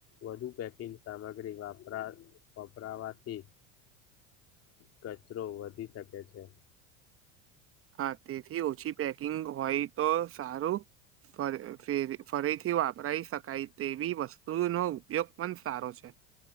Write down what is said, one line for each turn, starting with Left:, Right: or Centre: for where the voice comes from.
Left: વધુ પેકિંગ સામગ્રી વપરા વપરાવાથી
Right: <inaudible>
Left: કચરો વધી શકે છે
Right: હા તેથી ઓછી પેકિંગ હોય તો સારું ફર ફેરી ફરીથી વાપરાઈ શકાય તેવી વસ્તુનો ઉપયોગ પણ સારો છે